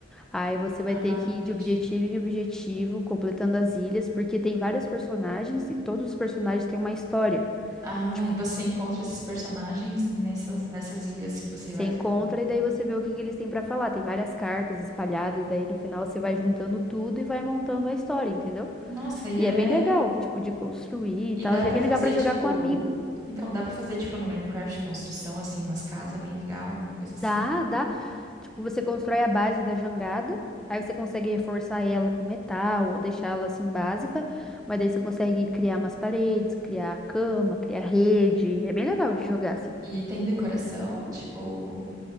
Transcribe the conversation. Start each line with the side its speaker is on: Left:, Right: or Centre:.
Centre: Aí você vai
Right: Ah,
Centre: ter que
Right: entendi.
Centre: ir de objetivo em objetivo, completando as ilhas, porque tem vários personagens e todos os personagens têm uma história.
Right: Ah,
Centre: Tipo,
Right: e você encontra esses personagens nessas, nessas ilhas que você
Centre: Você
Right: vai.
Centre: encontra e daí você vê o que que eles têm pra falar. Tem várias cartas espalhadas, aí no final você vai juntando tudo e vai montando a história, entendeu?
Right: Nossa, e
Centre: E
Right: é.
Centre: é bem legal, tipo, de construir e
Right: E
Centre: tal.
Right: dá
Centre: E
Right: pra
Centre: é bem
Right: fazer
Centre: legal pra jogar
Right: tipo.
Centre: com amigo.
Right: Então, dá pra fazer tipo no Minecraft construção, assim, umas casas bem legal, alguma coisa
Centre: Dá,
Right: assim.
Centre: dá. Tipo, você constrói a base da jangada, aí você consegue reforçar ela com metal ou deixar ela assim básica, mas daí você consegue criar umas paredes, criar cama, criar rede. É bem legal de jogar assim.
Right: E tem decoração, tipo.